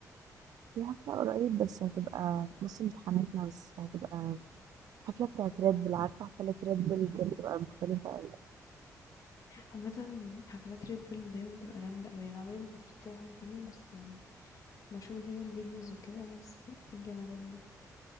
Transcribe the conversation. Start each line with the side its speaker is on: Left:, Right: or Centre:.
Right: في حفلة قريب بس هتبقى في نص امتحاناتنا بس هتبقى حفلة بتاعت ريد بل عارفة حفلة ريد بل كانت بتبقى مختلفة أوي
Left: عامة حفلات ريد بول دايما بتبقى جامدة اوي انا عمري ما حضرت واحدة فيهم بس يعني بشوف دايما فيديوز وكده بس الجمدان ده